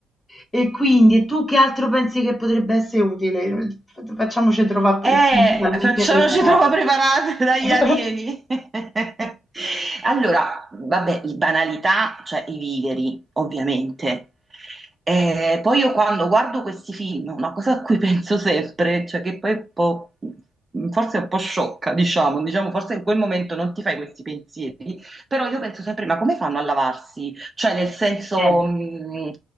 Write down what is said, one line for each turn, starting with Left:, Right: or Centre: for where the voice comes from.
Left: E quindi, e tu che altro pensi che potrebbe essere utile? Facciamoci trovare
Right: Eh,
Left: totalmente
Right: facciamoci
Left: preparati.
Right: troppo preparate <laughs> dagli
Left: <laughs>
Right: alieni. <laughs> Allora, vabbè, banalità, cioè i viveri, ovviamente. Eh, poi io quando guardo questi film, una cosa a cui penso sempre, cioè che poi è un po', forse è un po' sciocca, diciamo, diciamo, forse in quel momento non ti fai questi pensieri, però io penso sempre, ma come fanno a lavarsi? Cioè, nel senso,
Left: Eh.
Right: mh,